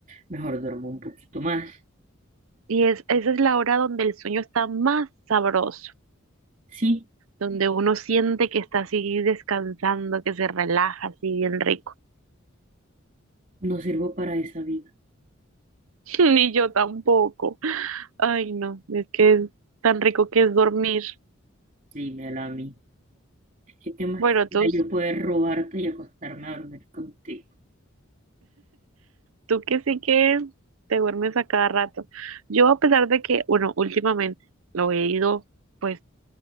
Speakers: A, on the right; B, on the right.
A: Mejor duermo un poquito más.
B: Y es, esa es la hora donde el sueño está más sabroso,
A: Sí,
B: donde uno siente que está así descansando, que se relaja así bien rico.
A: no sirvo para esa vida.
B: <laughs> Ni yo tampoco. Ay, no, es que es tan rico que es dormir.
A: Dímela a mí. Es que qué más
B: Bueno,
A: quisiera
B: tú,
A: yo poder robarte y acostarme a dormir contigo.
B: tú que sí que te duermes a cada rato. Yo, a pesar de que, bueno, últimamente lo he ido. pues